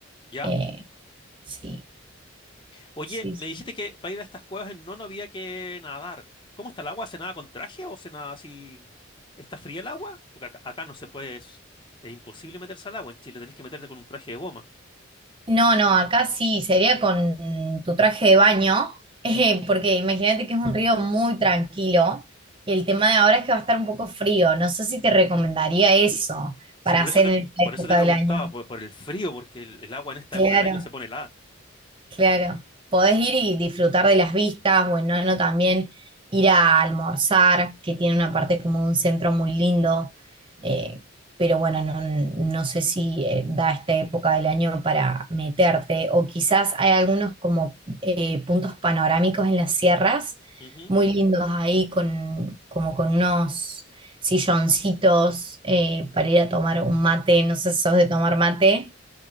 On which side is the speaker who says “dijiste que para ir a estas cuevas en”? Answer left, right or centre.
Left